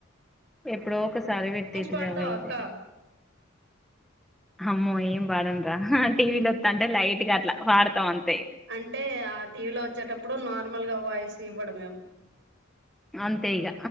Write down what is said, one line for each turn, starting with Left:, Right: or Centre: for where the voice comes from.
Centre: ఎప్పుడో ఒకసారి పెట్టేటిదవైతే
Right: పాడతావా అక్క
Centre: అమ్మో ఏం పడన్రా టీవీలో ఒత్త అంటే లైట్గా అట్లా పడ్తాం అన్
Right: అంటే ఆ టీవీలో ఒచ్చేటప్పుడు నార్మల్గా వాయిస్ ఇవ్వడంమేము
Centre: అంతే ఇగ